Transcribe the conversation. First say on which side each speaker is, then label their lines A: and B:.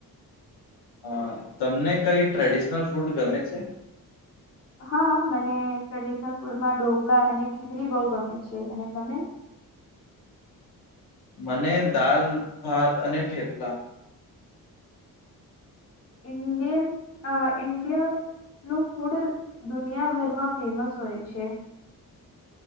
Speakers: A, on the left; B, on the left.
A: હા તમને કઈ ટ્રેડિશનલ ફૂડ ગમે છે
B: હા મને ટ્રેડિશનલ ફૂડમાં ઢોકળા અને ખીચડી બહુ ગમે છે અને તમે
A: મને દાલ ભાત અને ઠેપલા
B: ઇડિયન ઇન્ડિયા નું ફૂડ દુનિયાભરમાં ફેમસ હોય છે